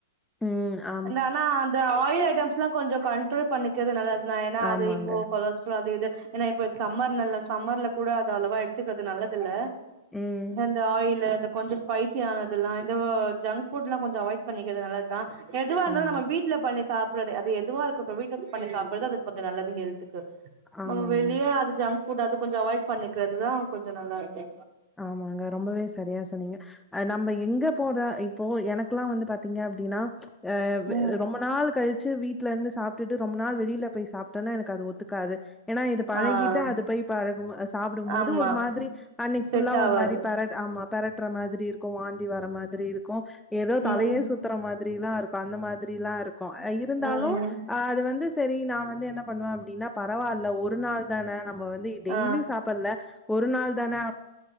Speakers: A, in the centre; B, on the right.
A: ம் ஆ
B: அ ஆனா அந்த ஆயில் ஐட்டம்ஸ் எல்லா கொஞ்சோ கண்ட்ரோல் பண்ணிக்கிறது நல்லதுதா ஏன்னா
A: ஆமாங்க
B: அது இப்போ கொலஸ்ட்ரால் அது இது ஏன்னா இப்ப சம்மர் நல்ல சம்மர்ல கூட அது அவ்ளவா எடுத்துக்குறது நல்லது இல்ல
A: ம்
B: அந்த ஆயில் அந்த கொஞ்சோ ஸ்பைசி ஆனதுதெல்லா இது ஜங்க் ஃபுட்லா கொஞ்சோ அவாய்ட் பண்ணிக்கிறது நல்லது தா எதுவா இருந்தாலு
A: ஆமா
B: நம்ம வீட்ல பண்ணி சாப் அது எதுவா இருக்கட்டு வீட்டல பண்ணி சாப்பிடுறது அது கொஞ்சோ நல்லது ஹெல்த்துக்கு
A: ஆமாங்க
B: நம்ம வெளியே அது ஜங்க் ஃபுட் அது கொஞ்சோ அவாய்ட் பண்ணிக்கிறதுதா கொஞ்சோ நல்லா இருக்கு
A: ஆமாங்க ரொம்பவே சரியா சொன்னீங்க நம்ம எங்க இப்பபோதா இப்போ எனக்குல்லா வந்து பாத்தீங்க அப்படின்னா ச் ஆ
B: ம்
A: ரொம்ப நாள் கழிச் பஸ்ட் வீட்ல இருந்து சாப்டுட்டு ரொம்ப நாள் வெளில போய் சாப்பிட்டேனா எனக்கு அது ஒத்துக்காது ஏனா இது பழகிட்ட
B: ஆ
A: அது போய் பழகு சாப்பிடும் போது
B: ஆமா
A: ஒரு மாதிரி அன்னைக்கு
B: செட்
A: ஃபுல்லா
B: ஆவாது
A: ஒரு மாரி பெராட ஆமா பெரட்டுற மாதிரி இருக்கும் வாந்தி வர மாதிரி இருக்கும் ஏதோ தலையே
B: ம்
A: சுத் த்து மாதிரி எல்லாம் இருக்கு அந்த மாதிரி எல்லாம் இருக்கும் இருந்தாலும்
B: ம்
A: அது வந்து செரி நான் வந்து என்ன பண்ணுவ அப்டின்னா பரவாயில்ல ஒரு நாள் தானே நம்ம வந்து டெய்லி
B: ஆ
A: சாப்பிடல ஒரு நாள் தானே